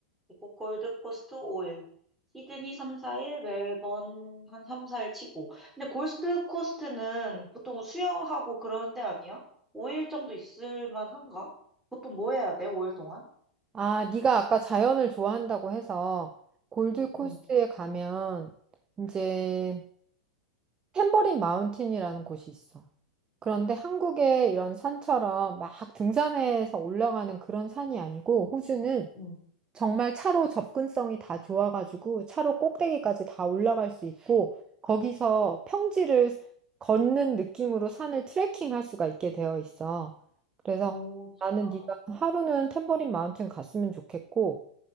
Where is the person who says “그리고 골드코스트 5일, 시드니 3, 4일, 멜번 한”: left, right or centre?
Centre